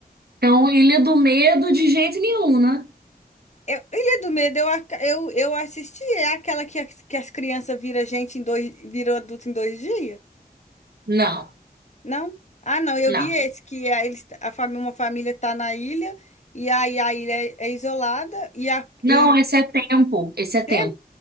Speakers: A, on the right (about 75°); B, on the left (about 45°).
A: Então, Ilha do Medo de jeito nenhum, né?
B: Eu, Ilha do Medo, eu, aca- eu, eu assisti, é aquela que as, que as crianças viram gente em dois, viram adulto em dois dias?
A: Não,
B: Não? Ah, não, eu
A: não.
B: vi esse, que a, eles, a fami- uma família tá na ilha, e aí a ilha é, é isolada, e a...
A: Não,
B: e-
A: esse é tempo. Esse é tempo.
B: é,